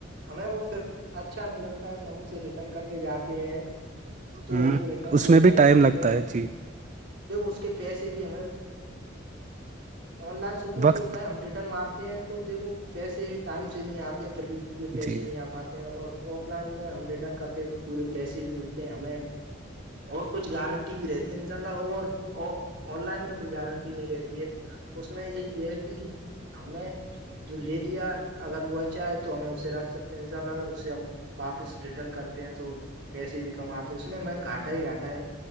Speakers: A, on the right; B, on the right.
A: ہمیں وہ پھر اچھا نہیں لگتا ہے تو ہم اسے ریٹرن کرنے جاتے ہیں تو
B: ہ
A: وہ ریٹرن بھی ہو
B: میں
A: جاتا
B: ٹائم
A: ہے اس کے
B: لگتا
A: پیسے
B: ہے جی
A: دیکھو اس کے پیسے بھی ہمیں آن لائن شپنگ
B: وقت
A: میں یہ ہوتا ہے ہم ریٹرن مارتے ہیں تو دیکھو پیسے ٹائم سے نہیں آتے ہیں پھر بھی پورے پیسے
B: جی
A: نہیں آ پاتے ہیں اور آف لائن میں ہم ریٹرن کرتے ہیں تو پورے پیسے بھی ملتے ہیں ہمیں اور کچھ گارنٹی بھی رہتی ان شاء اللہ اور آن لائن میں کوئی گارنٹی نہیں رہتی ہے اس میں یہ ہے کہ ہمیں جو لے لیا اگر وہ اچھا ہے تو ہمیں اسے رکھ سکتے ہیں ان شاء اللہ اگر اسے ہم واپس ریٹرن کرتے ہیں تو پیسے بھی کماتے اس میں میں گھاٹا ہی گھاٹا ہے